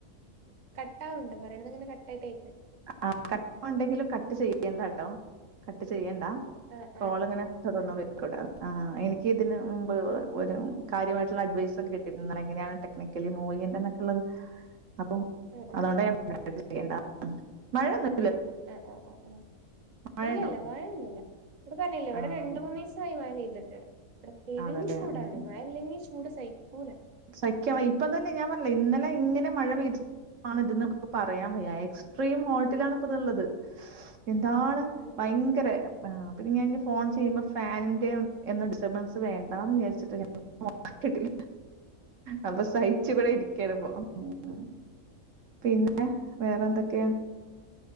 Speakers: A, on the right; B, on the right.
A: കട്ടവുണ്ട് പറയണത് ഇങ്ങനെ കട്ടായിട്ടയിക്കേ
B: ആ കട്ട ഉണ്ടെങ്കിലും കട്ട് ചെയ്യേണ്ട കേട്ടോ കട്ട് ചെയ്യണ്ടാ
A: ആ
B: കോൾ
A: ആ
B: ഇങ്ങനെ തുടർന്ന്
A: ആ
B: പൊയ് കൂടെ ആ ആഹ് എനിക്ക് ഇതിന് മുമ്പ് ഒരു കാര്യമായിട്ടുള്ള അഡ്വൈസ് ഒക്കെ കിട്ടിയിരുന്നൽ എങ്ങനെയാണ് നിക്കലി മൂവി എന്നിട്ടുള്ളത് അപ്പൊ
A: ആ ആ
B: അതോണ്ട ഞാൻ ഴ ചെയ്യണ്ട മഴ ഒന്നൂല
A: ആഹ് ആഹ് ആഹ് ആഹ്
B: മഴ
A: ഇല്ല്ല്ല
B: ഉണ്ടോ
A: മഴയോന്നൂല്ല ഇപ്പൊ പറഞ്ഞില്ലേ ഇവിട
B: ആ
A: രണ്ട് മൂന്നിസായി മഴ പെയ്തെട്ട് പെരുംചൂടാണ്
B: അതല്ലേ ഉം.
A: മഴ ഇല്ലെങ്കി ചൂട് സഹിക്കൂല
B: സഹിക്കാവയ്യി ഇപ്പം തന്നെ ഞാൻ പറഞ്ഞില്ലെ ഇന്നലെ ഇങ്ങന മഴ പെയ്ത് ആഹ് ഇത്ന്ന് നമുക്ക് ഇപ്പ പറയാം വയ്യ എക്സ്ട്രീം ഹോട്ടിലാണ് ഇപ്പതുള്ളത് എന്താണ്
A: ഉം
B: ഭയങ്കര
A: ഉം
B: ആഹ് പിന്നെ ഞാന് ഇനി ഫോൺ ചെയ്യുമ്പോ ഫാനിന്റെ ഒ എന്ന് ഡിസ്റ്റർബൻസ് വേണ്ടാന്ന് വിചാരിച്ചിട്ട് ഞാന്പ്പം ഓഫാക്കിട്ട്ല് അപ്പൊ സഹിച്ചിവിടെ ഇരിക്കണപ്പൊ ഉം ഉം പിന്നെ വേറെന്തൊക്കെയാ
A: ഉം